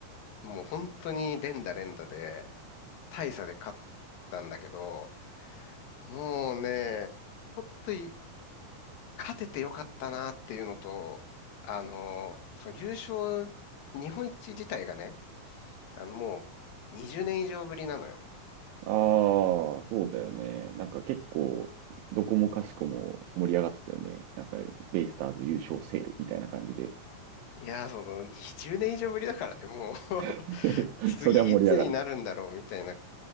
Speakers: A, on the left; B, on the right.
A: もう本当に連打連打で大差で勝ったんだけど、もうね、本当に勝ててよかったなっていうのと、あの、その優勝、日本一自体がね、あのもう20年以上ぶりなのよ。
B: ああ、そうだよね。なんか結構、どこもかしこも盛り上がってたよね。なんか、ベイスターズ優勝セールみたいな感じで。
A: いやー、その20年以上ぶりだからね、もう
B: <laughs>
A: 次いつになるんだろうみたいな。
B: そりゃ盛り上がる。